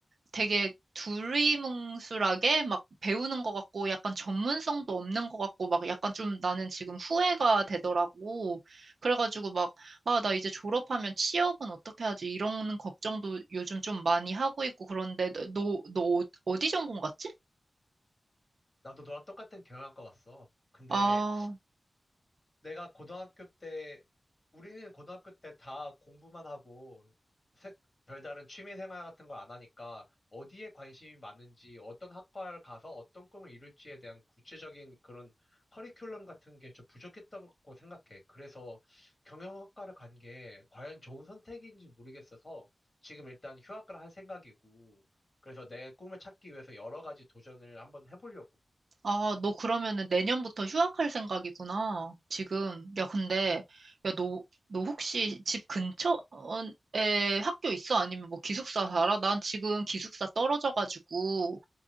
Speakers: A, on the right; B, on the left.
A: 되게 두리뭉술하게 막 배우는 것 같고 약간 전문성도 없는 것 같고 막 약간 좀 나는 지금 후회가 되더라고. 그래가지고 막, 아, 나 이제 졸업하면 취업은 어떻게 하지? 이런 걱정도 요즘 좀 많이 하고 있고 그런데 너, 너 어- 어디 전공 갔지?
B: 나도 너랑 똑같은 경영학과 갔어 근데
A: 아,
B: 내가 고등학교 때, 우리는 고등학교 때 다 공부만 하고, 색- 별다른 취미 생활 같은 걸 안 하니까, 어디에 관심이 많은지, 어떤 학과를 가서 어떤 꿈을 이룰지에 대한 구체적인 그런 커리큘럼 같은 게 좀 부족했던 거 생각해. 그래서 경영학과를 간 게 과연 좋은 선택인지 모르겠어서, 지금 일단 휴학을 할 생각이고, 그래서 내 꿈을 찾기 위해서 여러 가지 도전을 한번 해보려고.
A: 아, 너 그러면은 내년부터 휴학할 생각이구나. 지금. 야, 근데, 야, 너, 너 혹시 집 근처에 학교 있어? 아니면 뭐 기숙사 살아? 난 지금 기숙사 떨어져가지고,